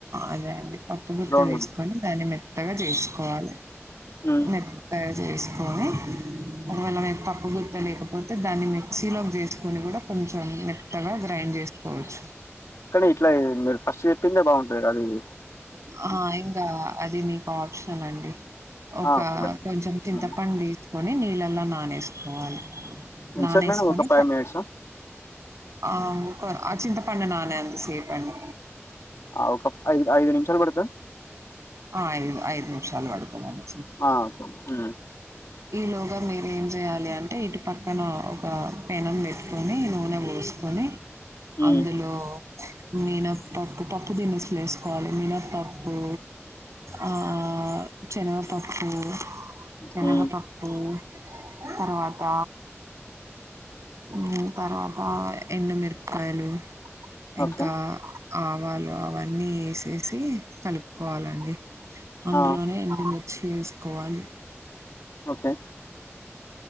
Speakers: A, on the right; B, on the left.
A: అదే అండి. పప్పు గుత్తె
B: రౌండ్
A: వేసుకొని
B: గుం
A: దాన్ని మెత్తగా చేసుకోవాలె
B: హ్మ్
A: మెత్తగా చేసుకొని ఒకవేళ మీకు పప్పు గుత్తి గుత్తె లేకపోతే దాన్ని మిక్సీలోకి వేస్కొని కూడా కొంచెం మెత్తగా గ్రైండ్ చేసుకోవచ్చు.
B: ఇక్కడ ఇట్లా మీరు ఫస్ట్ చెప్పిందే బాగుంటది కదా ఇది
A: ఆ ఇంకా అది మీకు ఆప్షనల్ అండి. ఒక
B: ఆ ఓకే మేడం
A: కొంచెం తింతపండు
B: హ్మ్.
A: వేసుకొని నీళ్ళల్లో నానేసుకోవాలి.
B: ఎంతసేపు
A: నానేస్కొని
B: మేడం ఒక ఫైవ్
A: ప
B: మినిట్సా
A: ఆ ఇంక ఆ చింత పండు నానెంత సేపండి.
B: ఆ ఒక ఐదు ఐదు నిమిషాలు పడుద్దా
A: ఆ ఐదు ఐదు నిమిషాలు పడతదండి.
B: ఆ ఉమ్
A: ఈ లోగా మీరు ఏం చేయాలి అంటే ఇటు పక్కన ఒక పెనం పెట్కొని నూనె పోస్కొని
B: హ్మ్
A: అందులో మినపప్పు పప్పు దినుసులు వేసుకోవాలి మినపప్పు ఆ చనగపప్పు చనగపప్పు
B: హ్మ్
A: తర్వాత ఉమ్ తర్వాత ఎండు మిర్ కాయలు ఇంకా
B: ఓకే
A: ఆవాలు అవన్నీ చేసి కలుపుకోవాలండి అందులోనే
B: ఆ
A: ఎండు మిర్చి వేసుకోవాలి.
B: ఓకే